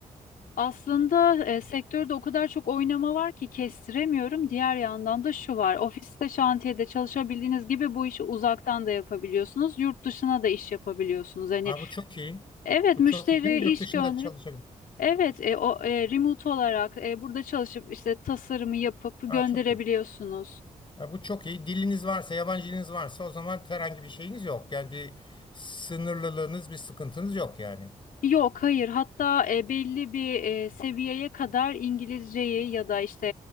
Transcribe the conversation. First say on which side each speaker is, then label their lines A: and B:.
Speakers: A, on the left; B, on the left.
A: Aslında e, sektörde o kadar çok oynama var ki kestiremiyorum. Diğer yandan da şu var. Ofiste, şantiyede çalışabildiğiniz gibi bu işi uzaktan da yapabiliyorsunuz. Yurt dışına da iş yapabiliyorsunuz. Hani
B: Ha, bu çok iyi.
A: evet
B: Bu
A: müşteri
B: çok iyi değil mi? Yurt
A: iş
B: dışında
A: gönderir.
B: çalışabilir.
A: Evet, e, o e, remote olarak e, burada çalışıp işte tasarımı yapıp gönderebiliyorsunuz.
B: Ha, çok iyi. Ha, bu çok iyi. Diliniz varsa, yabancı diliniz varsa o zaman herhangi bir şeyiniz yok. Yani bir sınırlılığınız, bir sıkıntınız yok yani.
A: Yok, hayır. Hatta e, belli bir e, seviyeye kadar İngilizceyi ya da işte